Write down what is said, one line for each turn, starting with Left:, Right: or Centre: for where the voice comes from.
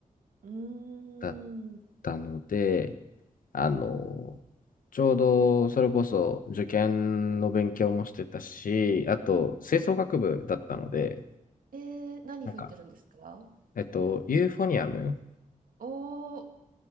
Right: うーん。
Left: だったので、あの、ちょうどそれこそ受験の勉強もしてたし、あと吹奏楽部だったので、
Right: えー、何吹いてるんですか
Left: なんか、えっと、ユーフォニアム
Right: おー、